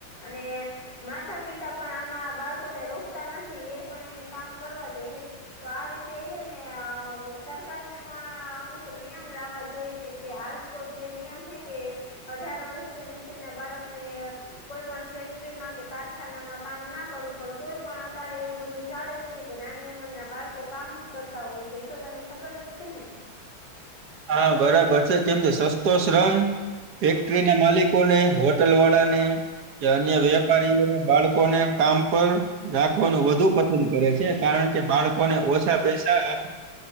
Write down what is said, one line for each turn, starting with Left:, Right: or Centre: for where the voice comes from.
Left: અને માતા પિતા પણ આમાં બાળકોને રોકતા નથી એ પણ એને કામ કરવા દે હે તો આ રીતે એ ને સરકારને પણ અમુક નિયમ લાવવા જોઈ કે કે હાલ તો જે નિયમ હે કે અઢાર વર્ષથી નીચેના બાળકને કોઈ પણ ફેક્ટરીમાં કે કારખાનામાં કામ ના કરું પણ તોય પણ અત્યારે એવું બધું ચાલે છે કે નાની ઉંમર ના બાળકો કામ જ કરતા હોય છે એ તો તને ખબર જ છે ને
Right: હા બરાબર છે કેમ કે સસ્તો શ્રમ ફેક્ટરી ના માલિક ને હોટલ વાળાને કે અન્ય વેપારીઓને બાળકોને કામ પર રાખવાનું વધુ પસંદ કરે છે કારણ કે બાળકોને ઓછા પૈસા આપ